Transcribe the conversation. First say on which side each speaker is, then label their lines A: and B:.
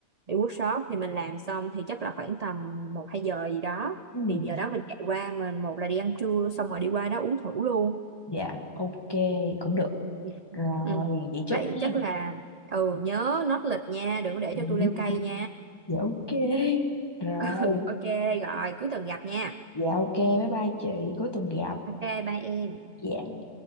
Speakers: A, on the right; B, on the left.
A: đi workshop thì mình làm xong thì chắc là khoảng tầm một hai giờ gì đó
B: Ừ.
A: thì giờ đó mình chạy qua mình một là đi ăn trưa xong rồi đi qua đó uống thử luôn
B: Dạ, ok, cũng được.
A: ừ.
B: Rồi,
A: Ừ.
B: vậy chốt
A: vậy
B: nha.
A: chắc là ừ nhớ nốt lịch nha đừng có để
B: Ừ.
A: cho tôi leo cây nha
B: Dạ ok. Rồi,
A: <laughs> ừ, ok rồi cuối tuần gặp nha
B: dạ ok, bye bye chị, cuối tuần gặp.
A: ok bye em
B: Dạ.